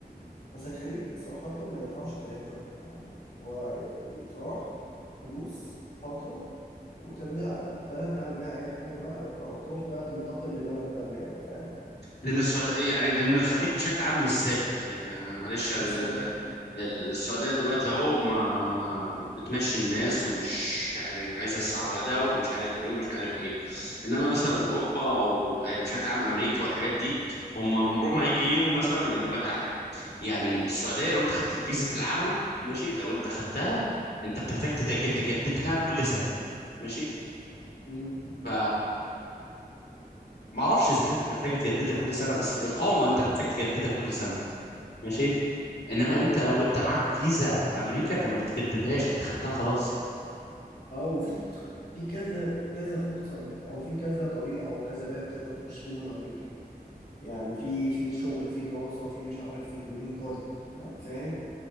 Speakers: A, on the left; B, on the left.
A: بس الخليج صراحة ما ينفعش كهجرة يعني هو يتراح فلوس فترة وترجع بلد تعمل بيها أي حاجة بقى أو تروح بقى تنتقل لبلد تانية بقى فاهم
B: لان السعوديه إيه يعني لان الخليج بشكل عام مش ثابت يعني معلش يعني
A: بالظبط
B: ز- السعوديه دلوقتي اهو ما ما بتمشي الناس ومش يعني عايزه السعوده ومش عارف ايه ومش عارف ايه انما مثلا اوروبا او يعني بشكل عام امريكا والحاجات دي هم عمرهم ما هيجي يوم مثلا يعني اقول لك على حاجه يعني السعوديه لو انت خدت فيزه العمل ماشي لو انت خدتها انت بتحتاج تتج- تجددها كل سنه ماشي
A: مم.
B: ف ما اعرفش اذا كانت محتاجه تجددها كل سنه بس الاقامه انت محتاج تجددها كل سنه ماشي انما
A: اه
B: انت لو انت معاك فيزا في امريكا انت ما بتجددهاش انت خدتها خلاص
A: اه وفي في كذا كذا فرصة انك او في كذا طريقة او كذا باب تقدر تخش منهم امريكا يعني في في شغل في دراسة في مش عارف في الجرين كارد يعني فاهم